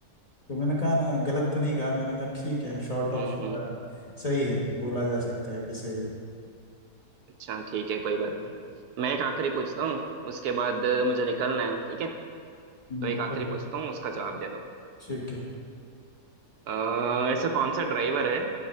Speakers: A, on the left; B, on the right.
A: तो मैंने कहा ना गलत तो नहीं कहा मैंने कहा ठीक है शॉर्ट ऑफ
B: हम्म हम्म,
A: सही है बोला जा सकता है कि सही है
B: अच्छा ठीक है कोई बात नहीं मैं एक आखिरी पूछता हूँ उसके बाद मुझे निकलना है ठीक है
A: हम्म
B: तो एक आखिरी
A: चलो
B: पूछता हूँ उसका जवाब दे दो
A: ठीक है
B: अ, ऐसा कौन सा ड्राइवर है